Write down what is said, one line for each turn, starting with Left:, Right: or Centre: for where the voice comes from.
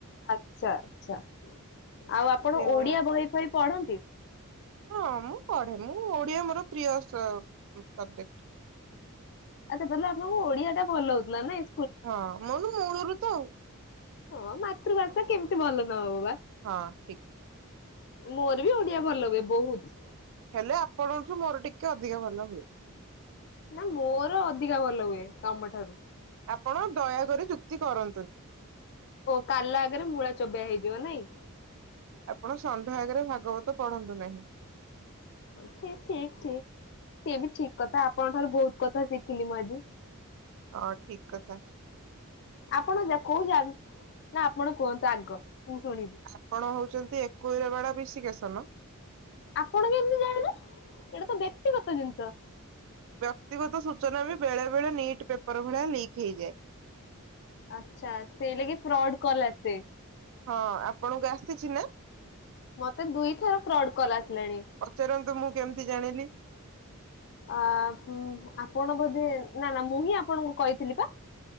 Left: ଆଚ୍ଛା ଆଚ୍ଛା। ଆଉ ଆପଣ
Right: ସେଇଭଳିଆ
Left: ଓଡିଆ ବହି ଫହି ପଢନ୍ତି?
Right: ହଁ ମୁଁ ପଢେ ମୁଁ ଓଡିଆ ମୋର ପ୍ରିୟ ସବଜେକ୍ଟ ।
Left: ଆଚ୍ଛା ତାହେଲେ ଆପଣଙ୍କୁ ଓଡିଆ ଟା ଭଲ ହଉଥିଲା ନାଇଁ
Right: ହଁ ମନୁ ମୂଳୁରୁ ତ ଆଉ।
Left: ହଁ ମାତୃଭାଷା କେମିତି ଭଲ ନହବ ବା ।
Right: ହଁ ଠିକ।
Left: ମୋର ବି ଓଡିଆ ଭଲ ହୁଏ ବହୁତ।
Right: ହେଲେ ଆପଣଙ୍କଠୁ ମୋର ଟିକେ ଅଧିକ ଭଲ ହୁଏ ।
Left: ନା ମୋର ଅଧିକା ଭଲ ହୁଏ ତମଠାରୁ ।
Right: ଆପଣ ଦୟାକରି ଯୁକ୍ତି କର
Left: ଓ କାଲ ଆଗରେ ମୂଳା ଚୋବେଇଆ ହେଇଯିବ ନାଇଁ।
Right: ଆପଣ ଷଣ୍ଢ ଆଗରେ ଭାଗବତ ପଢନ୍ତୁ ନାହିଁ।
Left: ଠିକ ଠିକ ଠିକ ସେ ବି ଠିକ କଥା ଆପଣଙ୍କ ଠାରୁ ବହୁତ କଥା ଶିଖିଲି ମୁଁ ଆଜି।
Right: ହଁ ଠିକ କଥା।
Left: ଆପଣ ଯ କୋଉ ଯ ନା ଆପଣ କୁହନ୍ତୁ ଆଗ। ମୁଁ ଶୁଣିବି
Right: ଆପଣ ହଉଛନ୍ତି ଏକୋଇର ବାଳା ବିଶିକେସନ
Left: ଆପଣ କେମିତି ଜାଣିଲେ ଏଇଟା ତ ବ୍ୟକ୍ତିଗତ ଜିନିଷ ।
Right: ବ୍ୟକ୍ତିଗତ ସୂଚନା ବି ବେଳେ ବେଳେ ନିଟ୍ ପେପର ଭଳିଆ ଲିକ୍ ହେଇଯାଏ।
Left: ଆଚ୍ଛା ତେଣିକି ଫ୍ରଡ କଲା ସେ
Right: ହଁ ଆପଣଙ୍କୁ ଆସିଛି ନା
Left: ମତେ ଦୁଇଥର ଫ୍ରଡ୍
Right: <inaudible>
Left: କଲ୍ ଆସିଲାଣି
Right: ପଚାରନ୍ତୁ ମୁଁ କେମିତି ଜାଣିଲି
Left: ଆ ଆପଣ ବୋଧେ ନା ନା ମୁଁ ହିଁ ଆପଣଙ୍କୁ କହିଥିଲି ପା